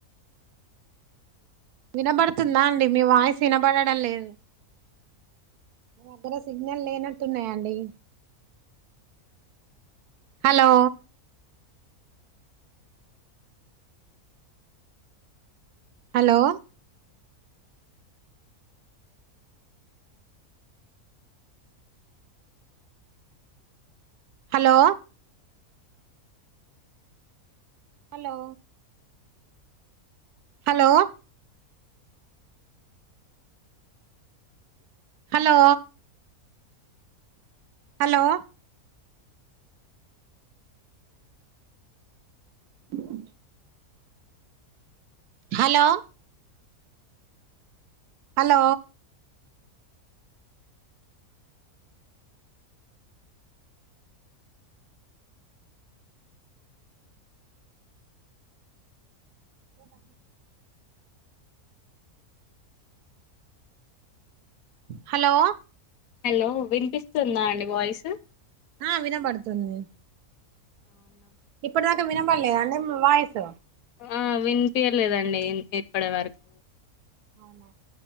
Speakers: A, on the right (about 85°); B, on the left (about 70°).
A: వినబడుతుందా అండి మీ వాయిసు వినబడడం లేదు దగ్గర సిగ్నల్ లేనట్టున్నాయాండి hello hello hello hello hello hello hello ఉ హలో హలో ఏమన్న హలో
B: హలో వినిపిస్తుందా అండి వాయిస్
A: ఆ వినబడుతుంది
B: అవునా
A: ఇప్పుటిదక వినబాడలేద అండి వాయిస్
B: ఆ వినిపయలేదండి ఇప్పటి వరకు
A: అవున